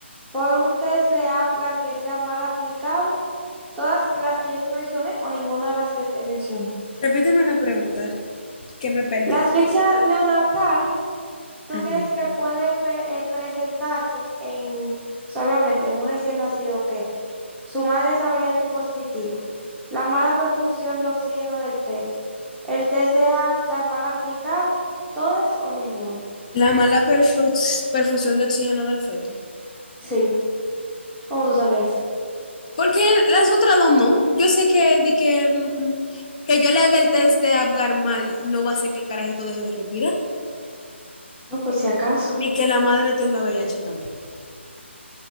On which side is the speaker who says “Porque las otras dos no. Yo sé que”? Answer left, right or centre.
Left